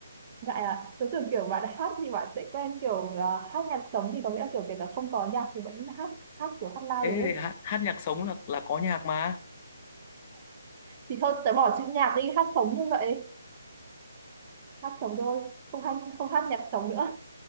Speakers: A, on the right; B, on the left.
A: Ngại à? Tớ tưởng kiểu bạn hát thì bạn sẽ quen kiểu ờ, hát nhạc sống thì có nghĩa là kiểu kể cả không có nhạc thì vẫn hát hát kiểu hát live
B: ê
A: được ấy.
B: hát, hát nhạc sống là là có nhạc mà
A: Thì thôi tớ bỏ chữ nhạc đi, hát sống như vậy. Hát sống thôi, không hát không hát nhạc sống nữa.